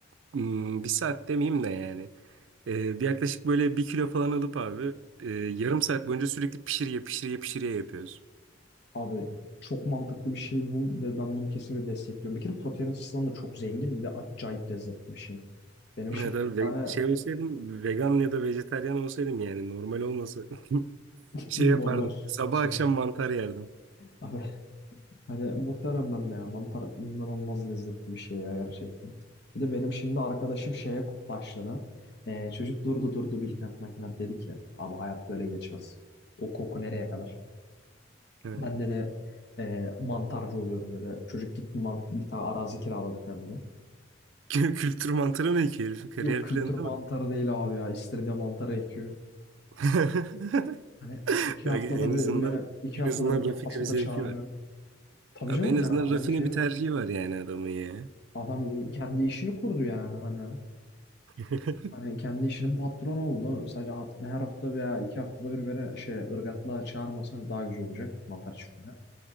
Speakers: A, on the right; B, on the left.
A: Hmm, Bir saat demeyeyim de yani. Ee, bir yaklaşık böyle bir kilo falan alıp abi e, yarım saat boyunca sürekli pişiriye pişiriye pişiriye yapıyoruz.
B: Abi çok mantıklı bir şey bu ve ben bunu kesinlikle destekliyorum. Bir kere protein açısından da çok zengin ve acayip lezzetli bir şey. Benim
A: Ya
B: şimdi
A: da
B: bir
A: ve-
B: tane
A: şey olsaydım vegan ya da vejetaryen olsaydım yani normal olmasa <laughs>
B: <laughs>
A: şey yapardım.
B: normal
A: Sabah
B: soru.
A: akşam mantar yerdim.
B: Abi Hani muhtemelen ben de ya mantar inanılmaz lezzetli bir şey ya gerçekten. Bir de benim şimdi arkadaşım şeye başladı. Ee, çocuk durdu durdu Bilkent Makinat dedi ki abi hayat böyle geçmez. O koku nereye kadar?
A: He.
B: Ben de de e, mantarcı oluyorum dedi. Çocuk gitti man bir tane arazi kiraladı kendine.
A: <laughs> Kültür mantarı mı ki herifin kariyer
B: Yok kültür
A: planında
B: mantarı
A: mı?
B: değil abi ya. İstiridye mantarı ekiyor.
A: <laughs>
B: Hani iki
A: Yani
B: haftada
A: en
B: bir
A: azından
B: beni iki
A: en
B: haftada
A: azından
B: bir de
A: rafine
B: hasata
A: bir zevki
B: çağırıyor.
A: var.
B: Tabii
A: Abi
B: canım
A: en azından
B: ya adam
A: rafine
B: bir şey
A: bir tercihi
B: var.
A: var yani adamın ya.
B: Adam kendi işini kurdu yani hani.
A: <laughs>
B: Hani kendi işinin patronu oldu. Sadece hafta, her hafta veya iki haftada bir beni şey ırgatla çağırmasa daha güzel olacak mantar çiftliğine.